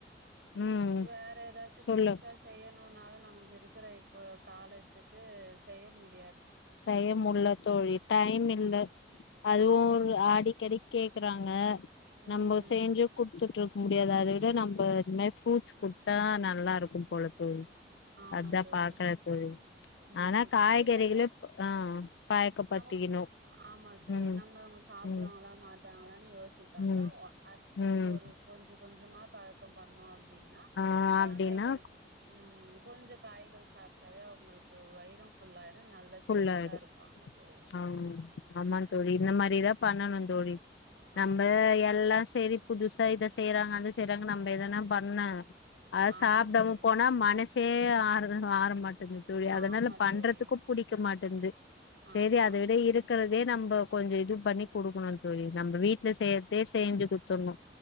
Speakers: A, on the left; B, on the right.
A: ம்
B: வேற ஏதாச்சும்
A: சொல்லு
B: புதுசா செய்யணும்னால நமக்கு இருக்கிற இப்போ காலத்துக்கு செய்ய முடிய
A: செய்யமுடியல தோழி டைம் இல்ல அதுவும்
B: ஆமா.
A: ஒரு அடிக்கடி கேக்குறாங்க
B: ம்.
A: நம்ம செய்ஞ்சு குடுத்துட்டு முடியாது அத விட நம்ம அது மாரி ஃப்ரூட்ஸ் குடுத்தா நல்லா இருக்கு போல தோழி
B: ஆமா
A: அதா
B: தோழி.
A: பாக்குற தோழி
B: ம்
A: ஆனா காய்கறிகளு
B: காய்களும்
A: ஆ பாயக்கப்படுத்திக்கணு
B: நம்ம ஆமா தோழி
A: ம்
B: நம்ம அவங்க சாப்பிடுவாங்களா
A: ம்
B: மாட்டாங்களான்னு யோசிக்காம
A: ம்
B: அட
A: ம்
B: ஒரு கொஞ்சு கொஞ்சமா பழக்கோ பண்ணோ அப் அப்டின்னா
A: ஆ
B: கொழந்தைங்களுக்கு
A: அப்டின்னா
B: ம் கொஞ்ச காய்கள் சாப் டவே அவங்களுக்கு வயிரு ஃபுல்லாயிடு நல்ல
A: ஃபுல்லது
B: ஸ்ட்ரென்த்தா இருப்பாங்க தோழி
A: ஆ ஆமா தோழி இந்த மாதிரிதா பண்ணணு தோழி நம்ம
B: ஆமா
A: எல்லாம் செரி புதுசா இத செய்யறாங்க அத செய்யறாங்கனு நம்ம எதனா பண்ண அ
B: ஆமா
A: சாப்பிட
B: தோழி
A: போனா மனசு சே ஆரம ஆரமாட்டிகு து தோழி அதனால
B: ஆமா
A: பண்றதுக்கு
B: தோழி
A: படிக்க மாட்டே து சரி
B: ஆமா
A: அத விட இரு இருக்கிறதே நம்ம கொஞ்ச இதுவு பண்ணி கொடுக்கணு தோழி நம்ம வீட்ல செய்யறதே செய்ஞ்சு குடுத்ரணு